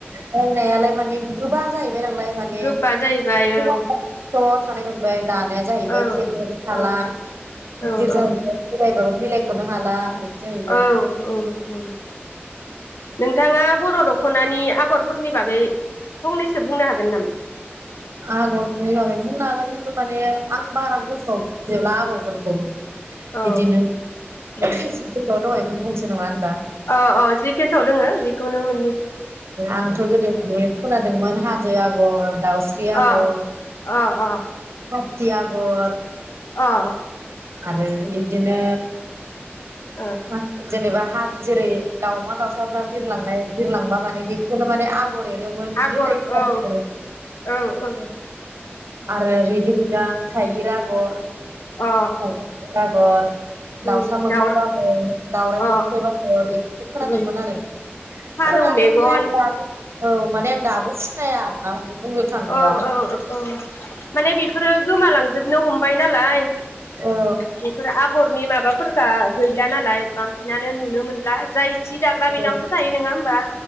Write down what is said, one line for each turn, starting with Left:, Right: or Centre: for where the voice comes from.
Right: मावनायालाय माने गोबा जायो नांलाय माने
Left: गोबा जाहैबाय
Right: <unintelligible>
Left: औ
Right: स्र थानाय मोनबाय दानाया जाहैबाय
Left: औ
Right: थेबबाबो थाला
Left: औ
Right: गिदिर
Left: औ
Right: जाहैबाय
Left: औ
Right: बेरायबाबो बिलाइखौनो हाला जाहैबाय
Left: औ औ औ नोंथाङा बर' दख'नानि आगरफोरनि बागै फंनैसो बुंनो हागोन नामा
Right: आगरनि बागै बुंनो हागोन खिन्थु माने आं बारा गोसोआव गैयाब्ला आगर आगरफोरखौ
Left: औ
Right: बिदिनो
Left: औ
Right: दहायनिखौनो बुंसै नङा होनब
Left: अ अ जि केसआव दोङो बेखौनो मोननैसै
Right: आंथ' गोदो खोनादोंमोन हाजो आगर दावस्रि आगर
Left: अ अ अ
Right: खासि आगर
Left: अह
Right: आरो बिदिनो
Left: ओ
Right: <unintelligible> जेनेबा हा जेरै दाउमा दाउसाफ्रा बिरलांनाय बिरलांबा माने बेखौनो माने आ गर एरोमोन इदिे
Left: आगर
Right: होननाय खोनादों
Left: औ औ औ
Right: आरो रिगि रिगां थाइगिर आगर
Left: अ
Right: थाइगिर आगर दावसा
Left: उम
Right: मोख्रेब
Left: दाउर
Right: आगर, दाउराय
Left: अ
Right: मोख्रेब आगर एरो खोनादोंमोन
Left: उम
Right: आरो
Left: फारौ
Right: खोनादों
Left: मेगन
Right: ओमफाय आं दाबो औ माने आं दाबो सिनाया आरोना। बुंनो थाङोबा
Left: औ औ औ माने बेफोरो गोमालां जोबनो हमबाय नालाय
Right: औ
Left: बेफोर आगर नि माबाफोरखा गैला नालाय बांसिनानो नुनो मोनला । जाय सि दाग्रा
Right: औ
Left: बिनावसो थायो नोङा होमबा?